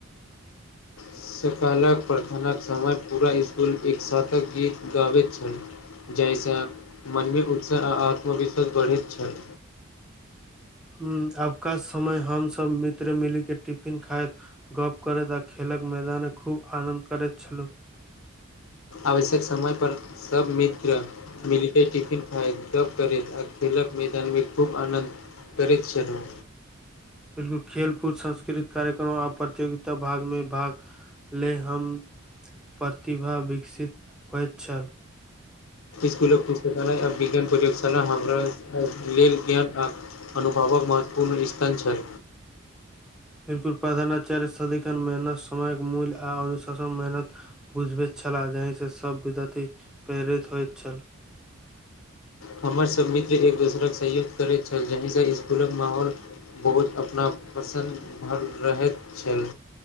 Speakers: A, on the left; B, in the centre.
A: सकालक प्रथम समय पूरा स्कूल एक साथ गीत गाबैत छल। जाहि सँ मनमे उत्साह आ आत्मविश्वास बढ़ैत छल।
B: हँ, आबका समय हमसभ मित्र मिलि कऽ टिफिन खाइत गप करैत आ खेलक मैदानमे खूब आनन्द करैत छलहुँ।
A: आवश्यक समय पर सभ मित्र। मिलि कऽ पिकनिक खाइत, गप करैत आ खेलक मैदानमे खूब आनन्द करैत छलहुँ। करीक्षण
B: बिलकुल, खेलकूद, सांस्कृतिक कार्यक्रम आ प्रतियोगितामे भाग लैत छलहुँ। लेल हमसभक प्रतिभा विकसित होइत छल।
A: स्कूल पुस्तकालय, विज्ञान प्रयोगशाला हमरा लेल ज्ञान आ सीखबाक महत्वपूर्ण स्रोत छल। अनुभवक महत्वपूर्ण स्थान छल।
B: बिलकुल, प्रधानाचार्य सदिखन समयक मूल्य, अनुशासन आ मेहनतके महत्व सिखबैत छलाह। बुझब छलहुँ जे से सभ विद्यार्थी प्रेरित होइत छल।
A: हमर सभ मित्र एक-दोसरक सहयोग करैत छलहुँ, जाहि सँ स्कूलक माहौल। बहुत अपनापन भरल रहैत छल।